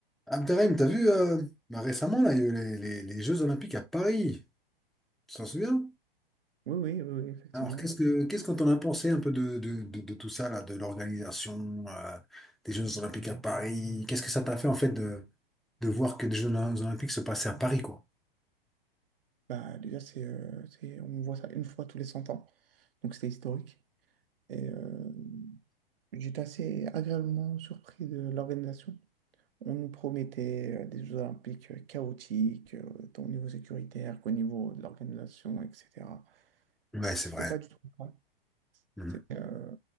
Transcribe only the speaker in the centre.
Abderrahim, t'as vu euh, bah, récemment là, il y a eu les, les- les Jeux Olympiques à Paris, tu t'en souviens?
Alors qu'est-ce que qu'est-ce qu'on t'en a pensé un peu de, de- de- de tout ça là, de l'organisation euh, des Jeux Olympiques à Paris? Qu'est-ce que ça t'a fait en fait de, de voir que des Jeux Olympiques se passaient à Paris quoi?
Ouais, c'est
vrai.
Mhm.